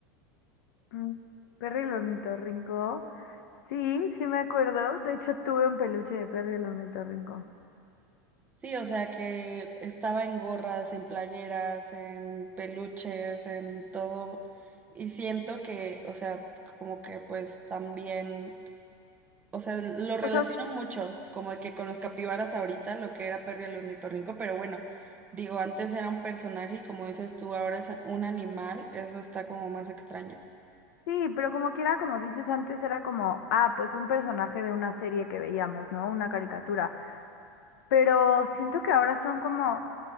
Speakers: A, on the left; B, on the right.
A: Mm, Perro y el ornitorrinco. Sí, sí me acuerdo. De hecho, tuve un peluche de perro y el ornitorrinco.
B: Sí, o sea que estaba en gorras, en playeras, en peluches, en todo. Y siento que, o sea, como que pues también, o sea, lo relaciono
A: O sea,
B: mucho, como que con los capibaras ahorita, lo que era Perry el ornitorrinco, pero bueno, digo, antes era un personaje y como dices tú, ahora es un animal, eso está como más extraño.
A: sí, pero como quiera, como dices antes, era como, ah, pues un personaje de una serie que veíamos, ¿no? Una caricatura. Pero siento que ahora son como